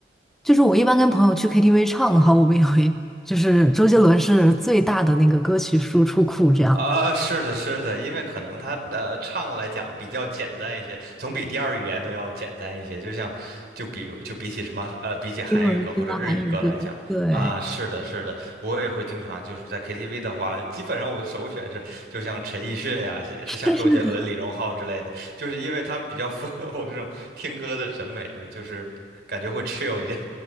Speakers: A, in the centre; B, on the right (about 60°).
A: 就是我一般跟朋友去 KTV 唱的话，我们也会，就是周杰伦是最大的那个歌曲输出库，这样。
B: 啊，是的，是的，因为可能他呃唱来讲比较简单一些，总比第二语言都要简单一些。就像，就比就比起什么呃，比起韩语歌或者日语歌来讲啊，
A: 英文歌、韩语歌，对，
B: 是的，是的，我也会经常就是在 KTV 的话，基本上我的首选是就像陈奕迅呀、也是像周杰伦、
A: <laughs> 是的。
B: 李荣浩之类的，就是因为他比较符合我这种听歌的审美嘛，就是感觉会 chill 一点